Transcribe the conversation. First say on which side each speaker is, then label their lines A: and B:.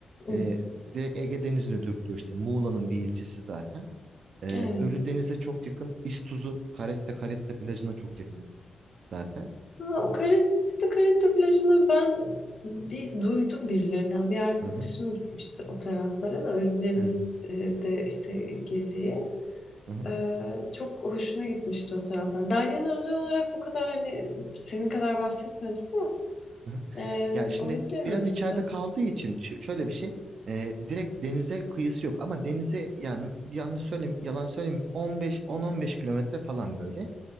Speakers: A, on the left (about 35°); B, on the right (about 55°).
A: hı,
B: e, direkt Ege Denizi'ne dökülüyor işte Muğla'nın bir ilçesi zaten. Ee,
A: evet.
B: Ölüdeniz'e çok yakın. İztuzu Caretta Caretta plajına çok yakın zaten.
A: Ama O Caretta Caretta plajını ben bir duydum birilerinden. Bir arkadaşım
B: Hı hı,
A: gitmişti o taraflara da Ölüdeniz'de
B: evet.
A: işte geziye.
B: Hı hı.
A: Ee, çok hoşuna gitmişti o taraflar. Dalyan'a özel olarak bu kadar hani senin kadar bahsetmedi de
B: Hı hı.
A: ee,
B: Ya şimdi
A: olabilir
B: biraz
A: orası.
B: içeride kaldığı için ş- şöyle bir şey e, direkt denize kıyısı yok ama denize yani yanlış söyleyeyim yalan söyleyeyim 15 10-15 kilometre falan böyle